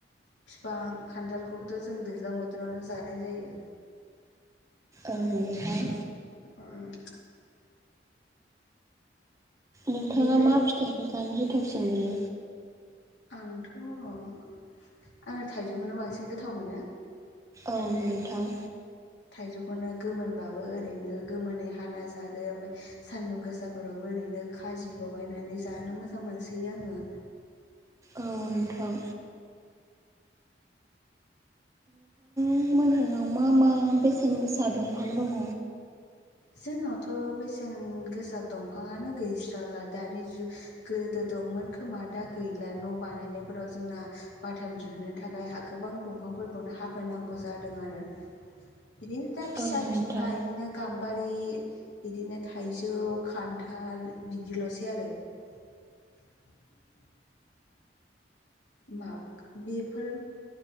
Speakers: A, on the left; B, on the right.
A: फिफां खान्थालखौबोथ' जों दैज्लां बोथोरावनो जानाय जायो।
B: ओं ओमफ्राय
A: ओं
B: नोंथाङा
A: बेबायदि
B: मा फिथाइखौ जानो गोथावसिन मोनो?
A: आंथ' आङो थाइजौखौनो बांसिन गोथाव मोनो।
B: औ नोंथां।
A: थाइजौखौनो गोमोनबाबो ओरैनो गोमोनै हाना जादो ओमफ्राय सान्दुं गोसाफोरावबो ओरैनो खाजि लगायनानै जानो मोजां मोनसोयो आङो।
B: औ नोंथां नोंथां मोनहोनाव मा मा बेसेन गोसा दंफां दङ'?
A: जोंनावथ' बेसेन गोसा दंफाङानो गैस्राला दानि जुग गोदो दंमोन खोमा दा गैला न' बानायनायफोराव जोंना बाथाम दिहुुननो थाखाय गोबां दंफां नो हाफायनांगौ जादों आरो बिदिनो दा फिसा
B: औ नोंथां
A: फिनला इदिनो बारि बिदिनो थाइजौ खान्थाल बिदिल'सै आरो। <unintelligible> मा बेफोर